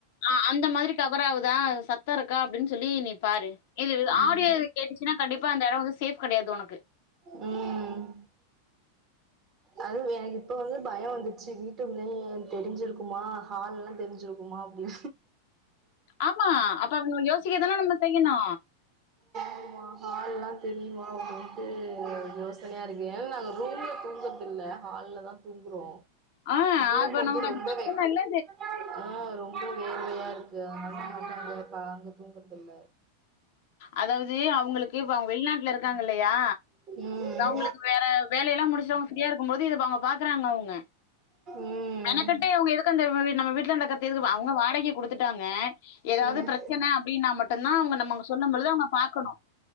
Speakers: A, on the left; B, on the right.
A: ஆ அந்த மாதிரி கபராவுதா சத் தருக்கா அப்டின் சொல்லி நீ பாரு இது
B: ம்
A: ஆடியோ கேட்டுச்சுன்னா கண்டிப்பா அந்தட வந்து சேஃப் கெடையாது ஒனக்கு
B: ம் அது என்க் இப்ப வந்து பய வந்துச்சு வீட்டுக்குள்ளயே தெரிஞ்சிருக்குமா ஹால்லா தெரிஞ்சிருக் குமா அப்டி
A: ஆமா அப்ப அவனுகள யோசிக்கதனா நம்ப செய்யணு
B: குமா ஹால்லா தெரியுமா அப்டின்ட்டு யோசனையா இருக்கு ஏனா நாங்க ரூமுல தூங்கற்தில்ல ஹால்ல தா தூங்குறோ
A: ஆ
B: ரூம்
A: அப்ப
B: வந்து
A: நமக்கு அது
B: ரொம்ப
A: பிரச்சன
B: வெக்
A: இல்ல.
B: ம் ரொம்ப வேர்வையா இருக்கு அதனால் ப அங்க தூங்கற்தில்ல
A: அதாவது அவுங்களுக்கு இப்ப அவுங்க வெள்நாட்ல இருக்காங்க இல்லையா
B: ம்
A: அவுங்களுக்கு வேற வேலைலா முடிச்சிட்டு அவுங்க ஃபிரியா இருக்கும் போது இது இப்ப அவுங்க பாக்றாங்க அவுங்
B: ம்
A: மெனகெட்டு இவுங்க எதுக்கு அந்த நம்ம வீட்ல நடக்க தெது அவுங்க வாடகை குடுத்துட்டாங்க எதாவ்து
B: ம்
A: பிரச்சன அப்டினா மட்டுந்தா அவுங்க நம்ம சொன்னம்பொழுது அவுங்க பாக்கணு